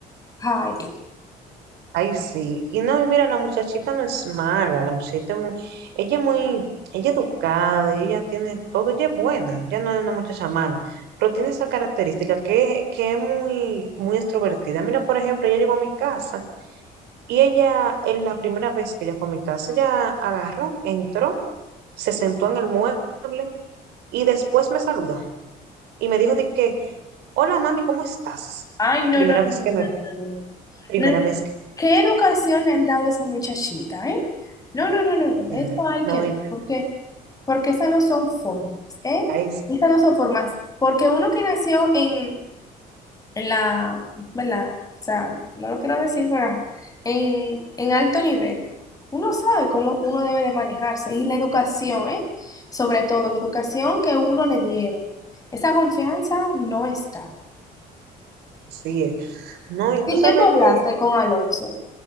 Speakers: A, on the left; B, on the right.
A: ay, Dios.
B: ay sí, y no, y mira, la muchachita no es mala, la muchachita, es mu- ella es muy, ella es educada, y ella tiene todo, ella es buena, ya no es una muchacha mala, pero tiene esa característica que, es que es muy, muy extrovertida. Mira, por ejemplo, ella llegó a mi casa. Y ella, en la primera vez que ella fue a mi casa, ella agarró, entró, se sentó en el mueble y después me saluda y me dijo de que, hola mami, ¿cómo estás?
A: Ay, no,
B: Primera
A: no, no,
B: vez
A: no, no,
B: que me
A: no,
B: ve,
A: no, no, no.
B: primera
A: No, no.
B: vez que
A: ¿Qué educación le han dado a esa muchachita, eh? No, no, no, no, no,
B: me
A: eso
B: ve.
A: hay
B: No,
A: que ver,
B: y
A: porque Porque esas no son formas, ¿eh?
B: ay,
A: Esas no son formas. Porque uno que nació en, en la, ¿verdad? O sea, no lo quiero decir, ¿verdad? En, en alto nivel, uno sabe cómo uno debe de manejarse. Y la educación, ¿eh? Sobre todo, la educación que uno le dieron. Esa confianza no está.
B: sí, eh. no, y
A: ¿Y
B: tú sabes
A: qué tú hablaste
B: que,
A: con Alonso?